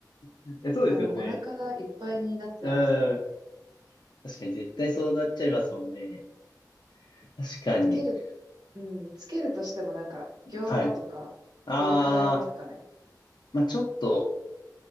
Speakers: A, on the left; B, on the right.
A: <laughs> そうですよね。
B: お、お腹がいっぱいになっちゃいますね。
A: うん。確かに絶対そうなっちゃいますもんね。確かに。
B: つける、うん、つけるとしてもなんか、餃子とか、
A: はい。ああ、
B: それくらいですかね。
A: まあちょっと、